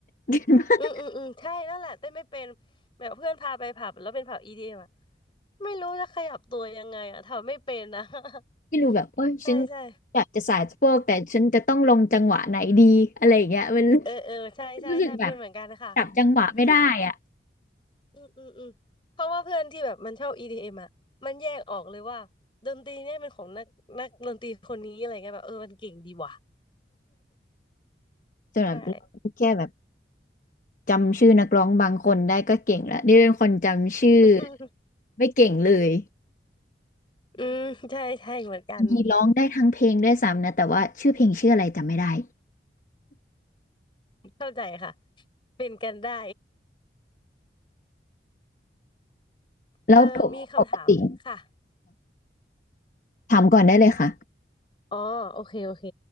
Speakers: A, on the left; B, on the left.
A: <laughs>
B: อืมอืมอืมใช่นั่นแหละเต้นไม่เป็นแบบเพื่อนพาไปผับแล้วเป็นผับอีดีเอมอะไม่รู้จะขยับตัวยังไงอ่ะทำไม่เป็นนะ <laughs>
A: ไม่รู้แบบเอ้ยฉัน
B: ใช่ใช่
A: อยากจะสายสะโพกแต่ฉันจะต้องลงจังหวะไหนดีอะไรอย่างเงี้ยมัน
B: เออเออใช่ใช่ใช่เป็นเหมือนกันค่ะ
A: รู้สึกแบบจับจังหวะไม่ได้อ่ะ
B: <laughs> อืมอืมอืมเพราะว่าเพื่อนที่แบบมันชอบ EDM อมอ่ะมันแยกออกเลยว่าดนตรีเนี่ยเป็นของนักนักดนตรีคนนี้อะไรเงี้ยแบบเออมันเก่งดีว่ะ <laughs>
A: จนแบบ
B: ใช่
A: แค่แบบจำชื่อนักร้องบางคนได้ก็เก่งแล้วนี่เป็นคนจำชื่อ
B: <laughs>
A: ไม่เก่งเลย
B: อืมใช่ใช่เหมือนกัน
A: ยีร้องได้ทั้งเพลงด้วยซ้ำนะแต่ว่าชื่อเพลงชื่ออะไรจำไม่ได้
B: เข้าใจค่ะเป็นกันได้
A: แล้วปกปกติ
B: เออมีคำถามค่ะ
A: ถามก่อนได้เลยค่ะ
B: อ๋อโอเคโอเค